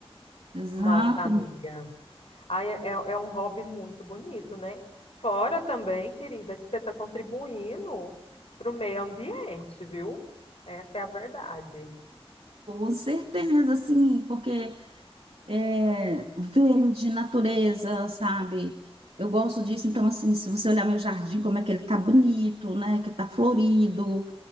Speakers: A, on the right; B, on the left.
A: exatamente.
B: Nossa, amiga. Ai, é, é é um hobby muito bonito, né? Fora também, querida, que você está contribuindo pro meio ambiente, viu? Essa é a verdade.
A: Com certeza, sim, porque é verde, natureza, sabe? Eu gosto disso, então, assim, se você olhar meu jardim, como é que ele tá bonito, né? Que tá florido,